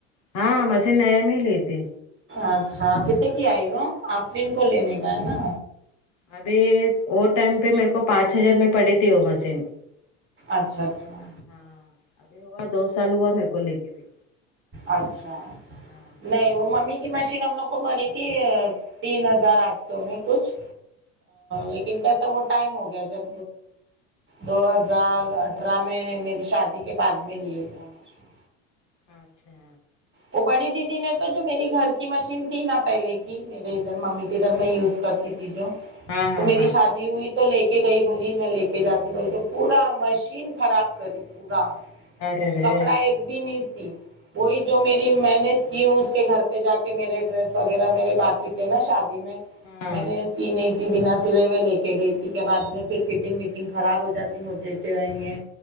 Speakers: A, on the left; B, on the right.
A: ہاں مشین نئے میں ہی لیےتھے
B: اچھا کتنے کی آئی وہ آفرین کو لینے کا ہے نا
A: ابھی وہ ٹائم پہ میرے کو پانچ ہزار میں پڑھی تھی وہ مشین
B: اچھا اچھا
A: ہاں ابھی ہوا دو سال ہوا میرے کو لے کے بھی
B: اچھا
A: ہاں
B: نہیں وہ ممی کی مشین ہم لوگ کو پڑی تھی تین ہزار آٹھ سو میں کچھ لیکن کیسا وہ ٹائم ہو گیا جب دو ہزار اٹھھرہ میں میری شادی کے بعد میں لیے تھے وہ مشین
A: اچھا
B: وہ بڑی دیدی نے تو جو میری گھر کی مشین تھی نا پہلے کی میرے ادھر ممی کے گھر میں یوز کرتی تھی تھی جو
A: ہاں ہاں
B: تو میری
A: ہاں
B: شادی ہوئی تو لے کے گئی بولی میں لے کے جاتی بول کے پورا مشین خراب کری پورا
A: ارے رے
B: کپڑا ایک بھی نہیں سی وہی جو میری میں نے سی ہوں اس کے گھر پہ جا کے میرے ڈریس وغیرہ میرے باقی تھے نا شادی میں
A: ہاں
B: میں نے سی نہیں تھی بنا سلے ہوئے لے کے گئی تھی کہ بعد میں پھر فٹنگ وٹنگ خراب ہو جاتی موٹر بیٹے ہوئیں گے